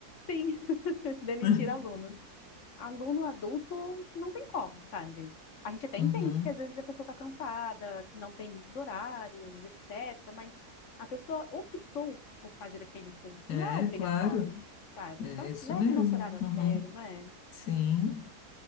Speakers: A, on the left; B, on the left.
A: sim, <laughs> demitir
B: <laughs>
A: alunos. Aluno adulto não tem como, sabe? A gente até entende
B: Uhum.
A: que às vezes a pessoa está cansada, não tem muitos horários, etc. Mas a pessoa optou por fazer aquele curso,
B: É,
A: não é obrigatório,
B: claro.
A: sabe?
B: É
A: Então,
B: isso
A: leve
B: mesmo.
A: o nosso horário a
B: Uhum.
A: sério, não é?
B: Sim.